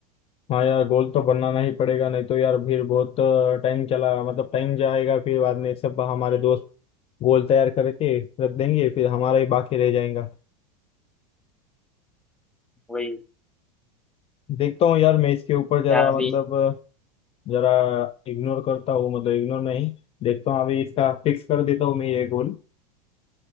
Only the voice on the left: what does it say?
हाँ यार गोल तो बनाना ही पड़ेगा नहीं तो यार फिर बहुत टाइम चला मतलब टाइम जाएगा फिर बाद में सब हमारे दोस्त गोल तैयार करके रख देंगे फिर हमारा ही बाकी रह जाएगा
देखता हूँ यार मैं इसके ऊपर जरा
मतलब
जरा इग्नोर करता हूँ मतलब इग्नोर नहीं देखता हूँ अभी इसका फिक्स कर देता हूँ मैं ये गोल